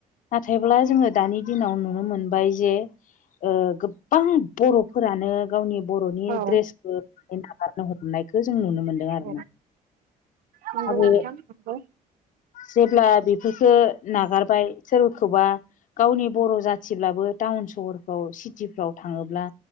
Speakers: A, on the left; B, on the right.
A: नाथायब्ला जोङो दानि दिनाव नुनो मोनबाय जे ओ गोबां बर'फोरा नो गावनि बर'नि
B: औ
A: द्रेसखौ नागारनो हमनायखौ जों नुनो मोनदों
B: औ
A: आरोना
B: औ नंगौ
A: आरो
B: नोंथां नंगौ
A: जेब्ला बेखो नागारबाय सोरखौबा गावनि बर' जाथिब्लाबो टाउन सहरफ्राव सिटिफ्राव थाङोब्ला